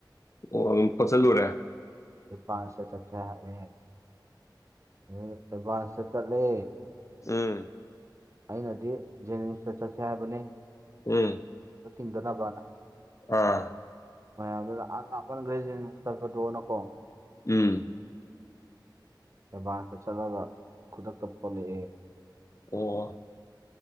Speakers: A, on the left (about 40°); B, on the right (about 40°).
A: ꯑꯣ ꯑꯗꯨꯝ ꯐꯠꯆꯜꯂꯨꯔꯦ
B: ꯑꯦꯚꯥꯟꯁꯇ ꯆꯠꯁꯦ ꯍꯥꯏꯑ ꯑꯦꯚꯥꯟꯁꯇ ꯆꯠꯂꯦ
A: ꯑꯦ
B: ꯑꯩꯅꯗꯤ ꯖꯦꯅꯤꯝꯁꯇ ꯆꯠꯁꯦ ꯍꯥꯏꯕꯅꯦ
A: ꯎꯝ
B: ꯇꯤꯡꯗꯅꯥꯕꯅ
A: ꯑꯥ
B: ꯃꯌꯥꯝꯗꯨꯅ ꯑꯥ ꯂꯥꯞꯃꯟꯈ꯭ꯔꯦ ꯖꯦꯅꯤꯝꯁꯇ ꯆꯠꯄꯗꯣꯅ ꯀꯣ
A: ꯎꯝ
B: ꯗꯩ ꯑꯦꯠꯕꯥꯟꯁꯇ ꯆꯠꯂꯒ ꯈꯨꯗꯛꯇ ꯐꯣꯂꯛꯑꯦ
A: ꯑꯣ